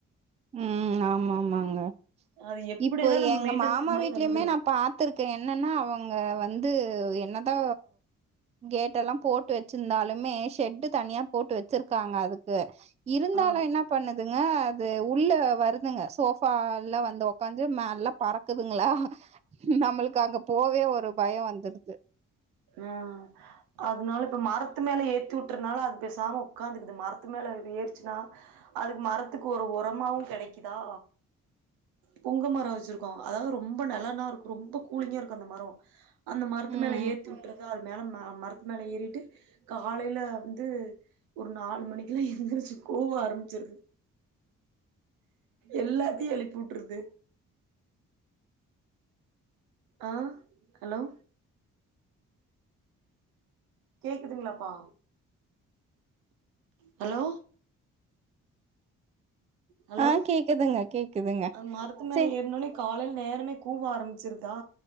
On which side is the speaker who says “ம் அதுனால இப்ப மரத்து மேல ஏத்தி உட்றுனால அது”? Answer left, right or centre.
Right